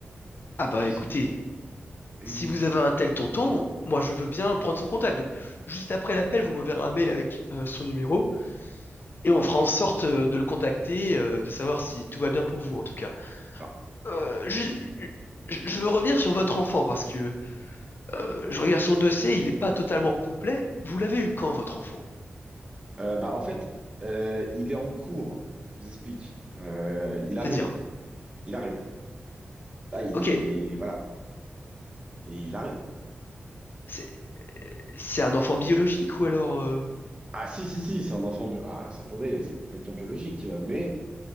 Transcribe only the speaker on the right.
Tu sais,
il est- oui,
oui,
oui.
Alors,
alors,
ouais.
Euh, bah, en fait, euh, il est en cours. Je vous explique. Euh, il arrive,
il arrive. Là, il
est, voilà, et il arrive.
Ah, si, si, si, c'est un enfant bio. Ah, attendez, c'est complètement biologique, euh, mais